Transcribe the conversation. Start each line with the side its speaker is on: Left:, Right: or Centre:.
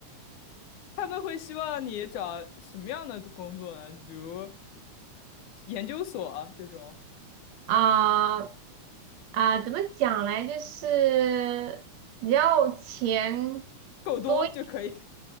Left: 他们会希望你找什么样的工作呢？比如研究所啊这种，
Right: <laughs> 啊啊，怎么讲嘞？就是你要钱
Left: 够多就可以。
Right: 多，